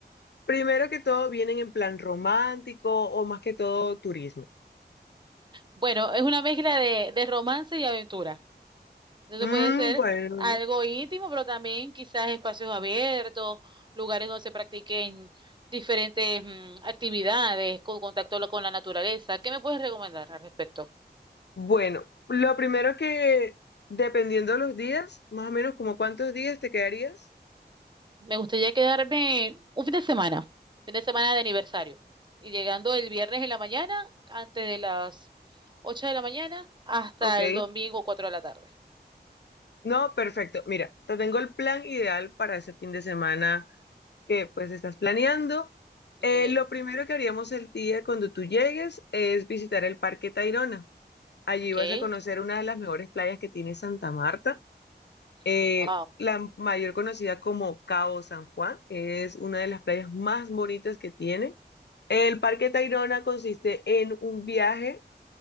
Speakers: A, on the left; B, on the right.
A: Primero que todo, ¿vienen en plan romántico o más que todo turismo?
B: Bueno, es una mezcla de, de romance y aventura. Entonces
A: Mm,
B: puede ser
A: bueno,
B: algo íntimo, pero también quizás espacios abiertos, lugares donde se practiquen diferentes mm, actividades con contacto lo- con la naturaleza. ¿Qué me puedes recomendar al respecto?
A: bueno, lo primero que, dependiendo de los días, más o menos como cuántos días te quedarías.
B: Me gustaría quedarme un fin de semana, fin de semana de aniversario. Y llegando el viernes en la mañana, antes de las 8 de la mañana, hasta
A: Ok.
B: el domingo cuatro de la tarde.
A: No, perfecto. Mira, te tengo el plan ideal para ese fin de semana que pues estás planeando. Eh,
B: Okay,
A: lo primero que haríamos el día cuando tú llegues es visitar el Parque Tayrona. Allí
B: okay.
A: vas a conocer una de las mejores playas que tiene Santa Marta. Eh,
B: Wow.
A: la mayor conocida como Cabo San Juan es una de las playas más bonitas que tiene. El Parque Tayrona consiste en un viaje,